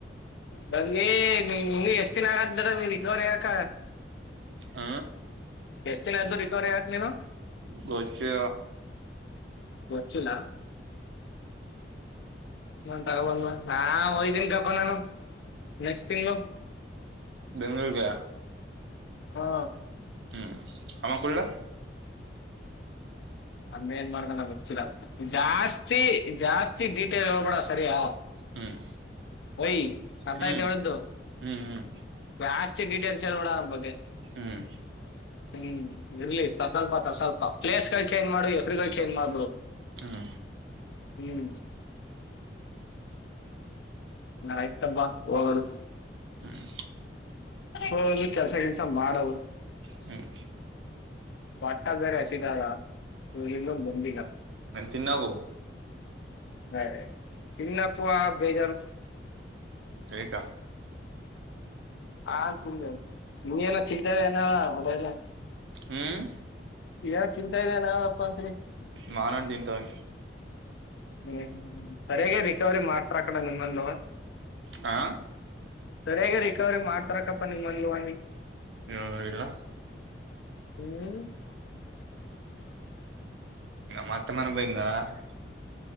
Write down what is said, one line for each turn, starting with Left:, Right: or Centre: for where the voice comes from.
Left: ಬನ್ನಿ ಇ ಎಷ್ಟ್ ದಿನ ಆಗಾದಡ ನೀ ರಿಕವರಿ ಯಾಕ
Right: ಹ
Left: ಎಷ್ಟ್ ದಿನದ್ದು ರಿಕವರಿ ಆಕ್ ನೀನು
Right: ಗೊಚ್ಚು
Left: ಗೊತ್ತಿಲ್ಲ ತಗೊಬಂದ ಹಾ ಒಯ್ತನ್ ಕಪ ನಾನು ನೆಕ್ಸ್ಟ್ ತಿಂಗಗಳು
Right: ಬೆಂಗಳೂರುಗೆ
Left: ಹಾ
Right: ಹ್ಮ್ ಅವ ಕುಳ್ಳ
Left: ಅವ ಏನ್ ಮಾಡ್ದನೋ ಗೊತಿಲ್ಲ ಜಾಸ್ತಿ ಜಾಸ್ತಿ ಡೀಟೇಲ್ ಹೇಬೇಡ ಸರಿಯ
Right: ಹ್ಮ್
Left: ವೈ ಅರ್ಥ
Right: ಹ್ಮ್
Left: ಆಯ್ತಾ ಹೇಳಿದ್ದು
Right: ಹ್ಮ್ ಹ್ಮ್
Left: ಜಾಸ್ತಿ ಡೀಟೇಲ್ಸ್ ಅವನ್ ಬಗ್ಗೆ
Right: ಹ್ಮ್
Left: ಹ್ಮ್ ಇರ್ಲಿ ಸ ಸ್ವಲ್ಪ ಸ ಸ್ವಲ್ಪ ಪ್ಲೇಸ್ ಕ ಚೇಂಜ್ ಮಾಡು ಹೆಸರುಗಳು ಚೇಂಜ್ ಮಾಡು ಬಿಡೋ
Right: ಹ್ಮ್
Left: ಹ್ಮ ನಯಬ ಹೋಗದು
Right: ಹ್ಮ್
Left: ಹೋಗಿ ಕೆಲಸ ಗಿಲ್ಸು ಮಾಡವದು
Right: ಹ್ಮ್
Left: ಒಟ್ಟ್ದಾರೆ ಹಸಿದಾರ ಇವರನ್ನು ಬಂದಿಲ್ಲ
Right: ತಿನ್ನೋಗು
Left: ಹೇ ತಿನ್ನಕ್ಕೂ ಬೇಜಾರು
Right: ಏಕ
Left: ಹಾ ತಿಂದೆ ನಿನ್ ಏನೋ ತಿಂತಾ ಇದ್ಯಾ ಅಂದದಗದೆ ಬಡ್ಡೆ ಐದ್ನೇ
Right: ಹ್ಮ್
Left: ಏನ ಚಿಂತಾ ಇದೆಯ ನಾವನ್ ಅಪ್ಪ ಅಂತೀನಿ
Right: ಮಾವಿನ ಹಣ್ಣು ತಿಂತಾವ್ ನೀ
Left: ಹ್ಮ್ ಸರಿಯಾಗಿ ರಿಕವರಿ ಮಾಡ್ತಾರ ಕಡ ನಿಮ್ಮಲ್ಲಿವ
Right: ಹಾ.
Left: ಸರಿಯಾಗಿ ರಿಕವರಿ ಮಾಡ್ತಾರಕಪ್ಪ ನಿಮ್ <unintelligible>
Right: <unintelligible> ಇಲ್ಲ.
Left: <unintelligible>
Right: ಮತ್ತೆ ಮನೆ. <unintelligible>